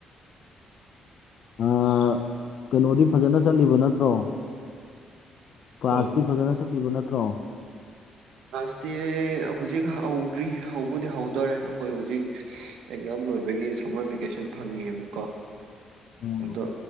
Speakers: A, on the right; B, on the left.
A: <inaudible>
B: ꯑ ꯀꯩꯅꯣꯗꯤ ꯐꯖꯅ ꯆꯠꯂꯤꯕ ꯅꯠꯇ꯭ꯔꯣ ꯀ꯭ꯂꯥꯁꯇꯤ
A: ꯎꯝ
B: ꯐꯖꯅ ꯆꯠ ꯏꯕ ꯅꯠꯇ꯭ꯔꯣ
A: ꯂꯥꯁꯇꯤ ꯍꯧꯖꯤꯛ ꯍꯧꯗ꯭ꯔꯤ ꯍꯧꯕꯗꯤ ꯍꯧꯗꯣꯔꯦ ꯑꯩꯈꯣꯏ ꯍꯧꯖꯤꯛ ꯑꯦꯛꯖꯥꯝ ꯂꯣꯏꯕꯒꯤ ꯁꯝꯃꯔ ꯚꯦꯀꯦꯁꯟ ꯐꯪꯉꯤꯕꯀꯣ
B: ꯎꯝ
A: ꯑꯗꯣ